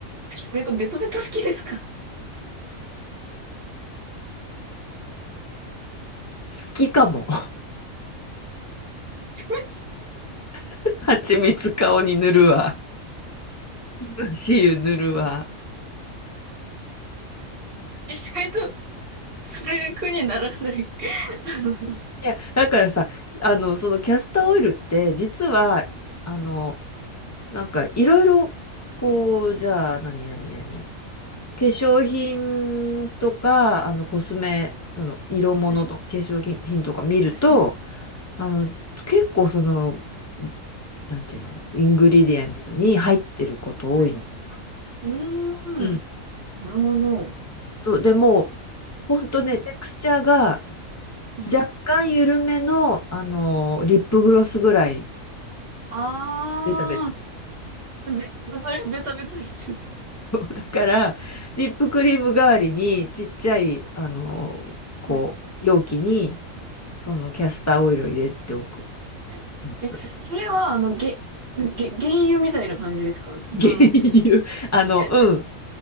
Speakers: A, on the right; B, on the left.
A: なんかベトベト好きですか
B: 好きかも。
A: <laughs>
B: <laughs> 蜂蜜顔に塗るわ。ひまし油塗るわ。
A: 意外と、それ苦にならない。<laughs> あの
B: いや、だからさ、あの、そのキャスターオイルって、実は、あの、なんかいろいろこうじゃあ何何何化粧品とかあのコスメその色物とか化粧品品とか見ると
A: はい、はい、
B: あの結構そのなんていうのイングリディエンツに入ってること多いの。
A: はい、はい。あ、うーん。
B: うん。
A: なるほど。
B: そうでもうほんとねテクスチャーが
A: うん、はい。
B: 若干緩めの、あのリップグロスぐらい
A: あ
B: ベタベタ
A: ー、べ、それベタベタしてそ
B: だから、リップクリーム代わりに、ちっちゃい、あの、こう、
A: う。はい。
B: 容器に、そのキャスターオイルを入れておく
A: はい。
B: やつ。
A: え、それは、あの、げ、げ、原油みたいな感じですかそあの、
B: <laughs> 原油。あの、
A: え
B: うん。